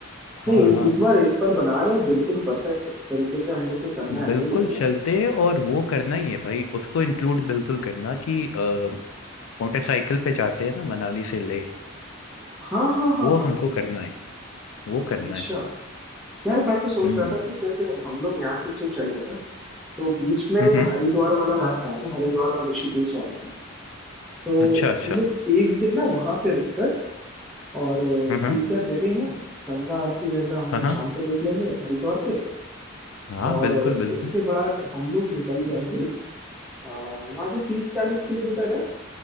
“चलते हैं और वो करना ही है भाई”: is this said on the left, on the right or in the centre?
Left